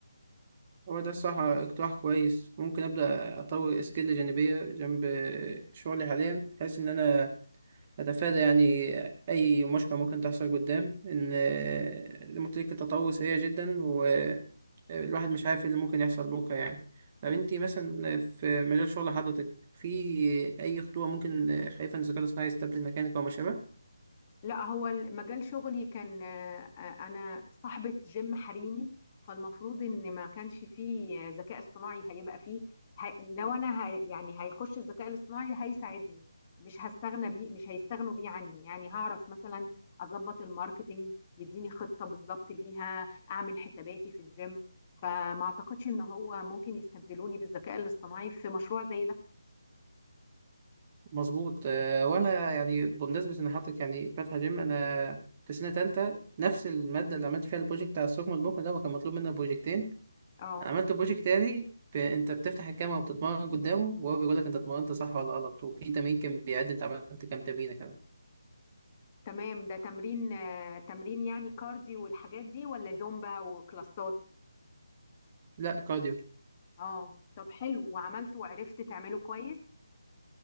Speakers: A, on the right; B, on the left.
A: هو ده الصراحة اقتراح كويس ممكن أبدأ أطور سكيل جانبية جنب شغلي حاليا بحيث إن أنا أتفادى يعني أي مشكلة ممكن تحصل قدام إن زي ما قلت لك التطور سريع جدا والواحد مش عارف إيه اللي ممكن يحصل بكرة يعني طب أنتي مثلا في مجال شغل حضرتك في أي خطوة ممكن خايفة إن الذكاء الاصطناعي يستبدل مكانك أو ما شابه؟
B: لا هو مجال شغلي كان آه، آه، انا صاحبة جيم حريمي فالمفروض ان ما كانش فيه آه، ذكاء اصطناعي هيبقى فيه ه... لو انا ه... يعني هيخش الذكاء الاصطناعي هيساعدني مش هستغنى بيه مش هيستغنوا بيه عني يعني هعرف مثلا اظبط الماركتينج يديني خطة بالظبط ليها اعمل حساباتي في الجيم فما اعتقدش ان هو ممكن يستبدلوني بالذكاء الاصطناعي في مشروع زي ده
A: مظبوط آه، وأنا يعني بمناسبة إن حضرتك يعني فاتحة جيم أنا في سنة تالتة نفس المادة اللي عملت فيها البروجكت بتاع الثقب البكرة ده وكان مطلوب منا بروجكتين
B: اه
A: انا عملت بروجكت تاني ب... انت بتفتح الكاميرا وبتتمرن قدامه وهو بيقول لك انت اتمرنت صح ولا غلط وفي تمرين كان بيعد انت عملت كام تمرينه كمان
B: تمام ده تمرين آه، تمرين يعني كارديو والحاجات دي ولا زومبا وكلاسات
A: لا كارديو
B: اه طب حلو وعملته وعرفت تعمله كويس